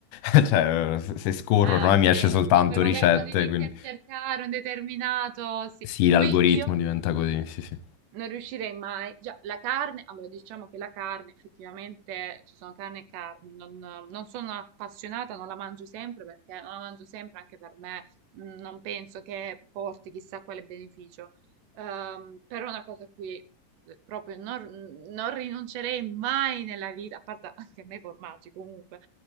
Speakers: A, on the left; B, on the right.
A: <laughs> Cioè, se se scorro
B: Ah,
A: ormai
B: ok,
A: mi esce soltanto
B: sì. Poi magari
A: ricette,
B: quando inizi
A: quindi
B: a cercare un determinato, sì.
A: sì,
B: E
A: l'algoritmo
B: Poi io
A: diventa così, sì, sì.
B: Non riuscirei mai. Già, la carne, allora diciamo che la carne, effettivamente ci sono carne e carni. Non, non sono appassionata, non la mangio sempre perché non la mangio sempre anche per me. mm, Non penso che porti chissà quale beneficio. Ehm, però una cosa a cui eh, proprio non, non rinuncerei mai nella vita, a parte anche a me i formaggi comunque,